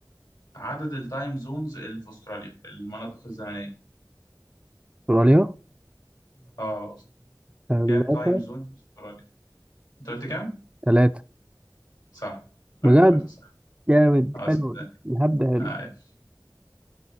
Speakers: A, on the left; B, on the right.
A: عدد التايم زونز اللي في استراليا المناطق الزمنيه
B: استراليا
A: اه
B: ثلاثة
A: كام تايم زون في استراليا انت قلت كام
B: ثلاثة
A: صح لا
B: بجد
A: ثلاثه صح
B: جامد
A: اه
B: حلو
A: صدقني
B: الهبد ده، حلو
A: عايش